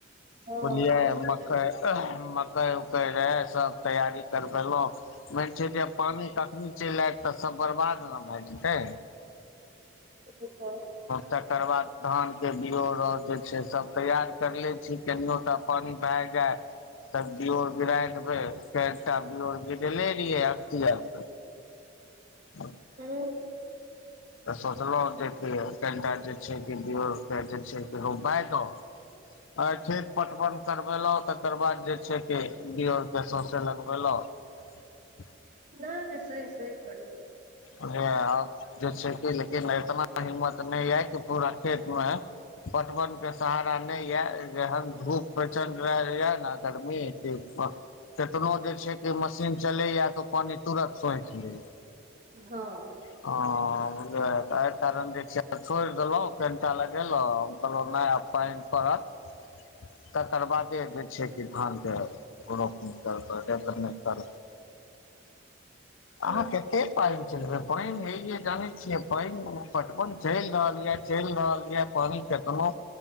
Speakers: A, on the right (about 40°); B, on the left (about 80°).
A: हँ
B: बलियए
A: सही
B: मकैइ
A: बोलै
B: अह मकैइ रहे सब तैयारी करबेलौ मेन छै जेब पानी कखनी चलि आयत तऽ सब बर्बाद बर्बाद नअ भअ जेतै
A: हँ
B: तकर बाद धानके बीओ रह जे छै सभ तैयार करले छी कनियों टा पानि भए जाय सब्जियों के गिराए तरी ओर गिरे ले रहियै अ ह
A: हँ
B: तऽ सोचलहुँ जे कि कनिटा जे छै कि जे छै कि रुपाय दो आ खेत पटवन करबेलहुँ तकर बाद जे छै से दअरके सौँसे लगबेलहुँ ह <inaudible>
A: नहि नहि सही सहित करलिए
B: नहि आब जे छै कि लेकिन इतना हिम्मत नहि है कि पूरा खेत मे पटवन के सहारा नहि यए जेहन धूप प्रचंड रह य ने गर्मी जे केतनो जे छै कि मशीन चलैया तऽ पानि तुरन्त सोखि लय
A: हँ
B: ओ एहि कारण जे छै छोड़ि देलहुँ कनिटा लगेलहुँ हम कहलहुँ नहि आब पानि पड़त ह तकर बादे जे छै कि धानके रोप नहि करतै रेतर नहि करतै
A: हँ
B: अहाँ कतेक पाइन चलबै पाइनमे जानै छियै पानि पटवन चलि रहल यए चलि रहल यए पानि केतनो